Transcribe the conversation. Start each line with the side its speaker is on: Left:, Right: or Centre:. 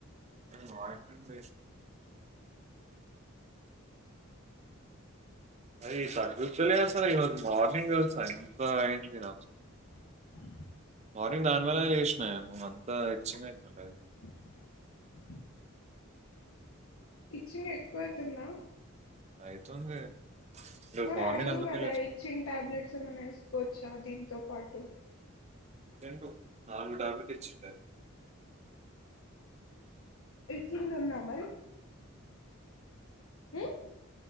Right: వాష్ <unintelligible> అరే ఇది తగ్గుతలేదు అసలు ఈరోజు మార్నింగ్ స్కిన్ అంత అయింది నాకు
Left: మ్
Right: మార్నింగ్ దాని వల్లనే లేషిన అంత ఇచ్చింగ్ అయితుంది.
Left: <inaudible> ఇచ్చింగ్ ఎక్కువ ఐతుందా
Right: అయితుంది. ఈరోజు
Left: మరి
Right: మార్నింగ్
Left: అడుగు
Right: అందుకే
Left: కదా ఇచ్చింగ్ టాబ్లెట్స్ ఏమన్నా వేసుకోవచ్చా దీంతో పాటు
Right: ఇచ్చిండు నాలుగు టాబ్లెట్ ఇచ్చిండు ఆయన
Left: ఇచ్చింగ్ ఉందా మరి ఉమ్